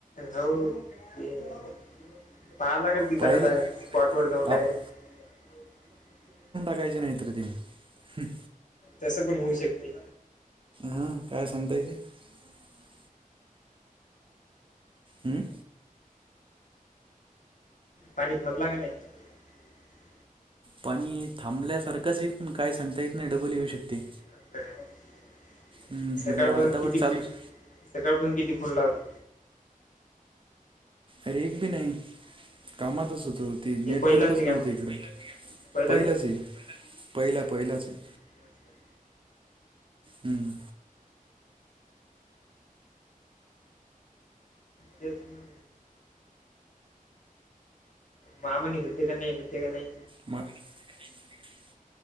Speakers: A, on the left; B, on the right.
A: हो क, <inaudible> पाहावं लागेल तिथं
B: पाहिलं
A: आता स्पॉट वर जाऊन डायरेक्ट.
B: आप
A: <inaudible>
B: काय नाहीत ते. <inaudible>
A: तसं पण होऊ शकते.
B: हा काय सांगता येते. <inaudible> हम्म.
A: पाणी थांबला का नाही. <inaudible>
B: पाणी थांबल्यासारखंच ये पण काय सांगता येत नाही डबल येऊ शकते.
A: <unintelligible>
B: हम्म
A: सकाळपासून
B: म्हणजे अर्धावट
A: किती
B: चालूच
A: सेकाळपासून किती फोन लागवले.
B: अर एक बी नाही कामातच हो. हो ती
A: हे
B: नेटवर्कच
A: पहिलाच आहे
B: नव्हतं
A: काय मग
B: इकडं
A: पहिलाच
B: पहिलंच आहे पहिलं पहिलाच आहे.
A: आहे
B: हम्म.
A: तेच ना का मणी होते का नाही होते का नाही.
B: मग. <inaudible>